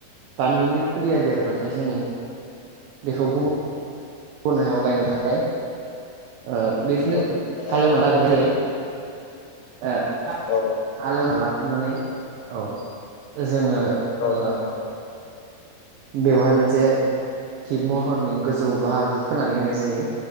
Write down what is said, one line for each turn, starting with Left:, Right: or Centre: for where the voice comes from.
Right: बानलुनि फुलिया देरबाथाय जोङो बेखौ गुबुन गुबुन हायाव गायनो थाखाय ओ बिदिनो
Left: औ
Right: हालेवना लाग्रोनाय जायो। ओ
Left: औ
Right: हालेवना लाखांनानै औ जोङो
Left: औे नोंथां।
Right: ओ बेवहाय मोनसे टिब महरनि गोजौ बाहागो खोनानै होनाय जायो।